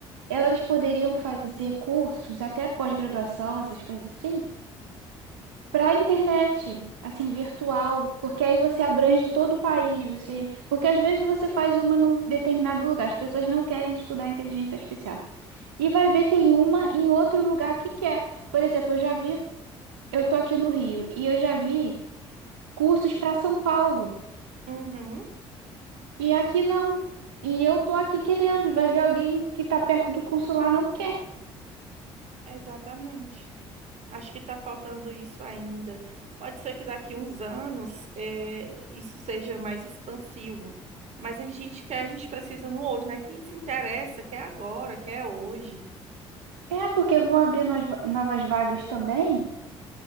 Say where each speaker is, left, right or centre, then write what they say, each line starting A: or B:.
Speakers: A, on the right (about 75°); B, on the right (about 50°).
A: elas poderiam fazer cursos, até pós-graduação, essas coisas assim, para a internet, assim, virtual, porque aí você abrange todo o país, você, porque às vezes você faz uma num determinado lugar, as pessoas não querem estudar inteligência artificial. E vai ver tem uma em outro lugar que quer. Por exemplo, eu já vi, eu tô aqui no Rio e eu já vi cursos para São Paulo.
B: Uhum,
A: E aqui não. E eu tô aqui querendo, e vai ver alguém que tá perto do curso lá não quer.
B: exatamente. Acho que está faltando isso ainda. Pode ser que daqui uns anos eh, isso seja mais expansivo, mas a gente quer, a gente precisa no hoje, né? Quem se interessa, quer agora, quer hoje.
A: É, porque vão abrir nós- novas vagas também.